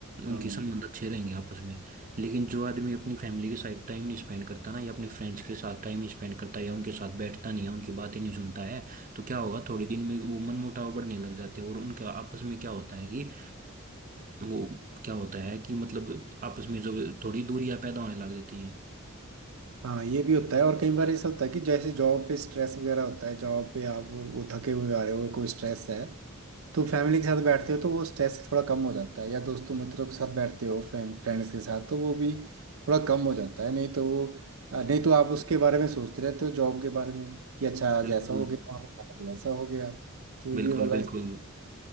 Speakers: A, on the right; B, on the right.
A: उनके
B: हाँ
A: संबंध अच्छे रहेंगे आपस में लेकिन जो आदमी अपनी फैमिली के साथ टाइम नहीं स्पेंड करता ना या अपने फ्रेंड्स के साथ टाइम नहीं स्पेंड करता या उनके साथ बैठता नहीं है उनकी बातें नहीं सुनता है तो क्या होगा थोड़े दिन में वो मनमुटाव बढ़ने लग जाते हैं और उनका आपस में क्या होता है कि वो क्या होता है कि मतलब आपस में जो थोड़ी दूरियां पैदा होने लग जाती हैं
B: हाँ ये भी होता है और कई बार ऐसा होता है कि जैसे जॉब पे स्ट्रेस वगैरह होता है जॉब पे आप वो थके हुए आ रहे हो कोई स्ट्रेस है तो फैमिली के साथ बैठते हो तो वो स्ट्रेस थोड़ा कम हो जाता है या दोस्तों मित्रों के साथ बैठते हो फ्रेंड्स के साथ तो वो भी थोड़ा कम हो जाता है नहीं तो वो अ, नहीं तो आप उसके बारे में सोचते रहते हो जॉब के बारे में कि अच्छा आज
A: बिल्कुल
B: ऐसा हो गया वहाँ पे आज वैसा हो गया तो ये
A: बिल्कुल
B: वाला
A: बिल्कुल
B: इस-